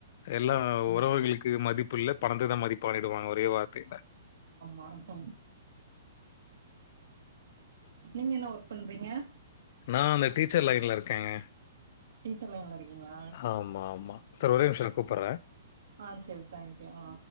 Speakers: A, on the left (about 45°); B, on the right (about 75°).
A: எல்லா உறவுங்களுக்கு மதிப்பு இல்ல பணத்துக்கு தா மதிப்பு ஆனிடுவாங்க ஒரே வார்த்தையில
B: ஓகே நீங்க என்ன ஒர்க் பண்றீங்க
A: நா அந்த டீச்சர் லைன்ல இருக்கேங்க
B: டீச்சர் லைன்ல இருக்கீங்ளா
A: ஆமா, ஆமா. சார் ஒரே நிமிஷம் நான் கூப்பட்றேன்.
B: ஆ சேரி தேங்க்யூ மா